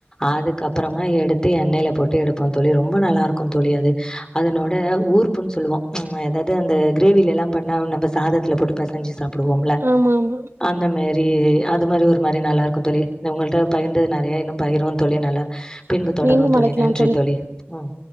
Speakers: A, on the left (about 15°); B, on the right (about 65°).
A: அதுக்கப்பறமா எடுத்து எண்ணெயில போட்டு எடுப்போ தோழி ரொம்ப நல்லாருக்கு தோழி அது அதனோட ஊர்புன்னு சொல்லுவோ உ எதாவது இந்த கிரேவில எல்லா பண்ண நப சாதத்துல போட்டு பசஞ்சு சாப்பிடுவோ இல
B: ஆமா ஆமா
A: அந்த மாி அது மாரி ஒரு மாரி நல்லாருக்கு உங்கட பகிர்து நெறைய இன்னு பகிருவோ தோழி நல்லா பின்பு தொடரு
B: மீண்டும்
A: தோழி
B: அழைக்கலாம்
A: நன்றி தோழி ம்